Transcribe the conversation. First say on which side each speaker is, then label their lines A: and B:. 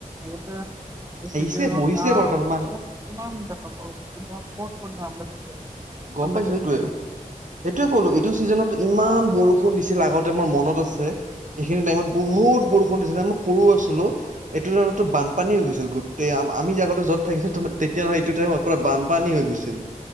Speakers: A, on the right (about 25°); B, on the right (about 60°).
A: <inaudible> এইটো
B: আহিছে
A: ছিজনত
B: বহিছে
A: আম
B: বৰ্তমান
A: ক'ত, কিমান দেখা পাওঁ তোমাৰ ক'ত, ক'ত <unintelligible> ভাল
B: গম
A: লাগি
B: পাইছোঁ।
A: আছে
B: সেইটোৱেই, এইটোৱেই ক'লো। এইটো ছিজনত ইমান বৰষুণ দিছিল। আগতে মোৰ মনত আছে, এইখিনি টাইমত বহুত বৰষুণ দিছিল। মই সৰু আছিলোঁ। এইটো টাইমতো বানপানী হৈ গৈছিল। গোটেই আমি যে আগতে য'ত থাকিছিলোঁ, তেতিয়া নহয়, এইটো টাইমত পুৰা বানপানী হৈ গৈছিল।